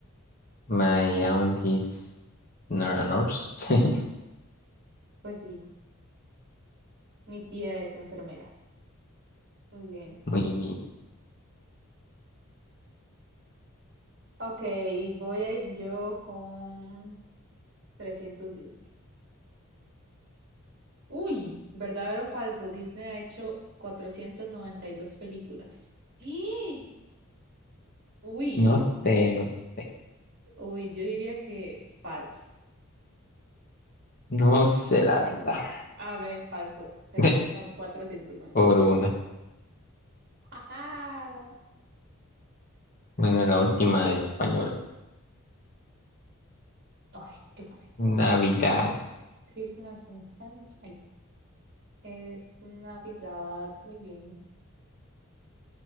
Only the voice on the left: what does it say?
my aunties nor a nurse. <laughs>
Muy bien.
No sé, no sé.
No sé la verdad.
<laughs>
Por
una.
Bueno, la última de español.
Navidad.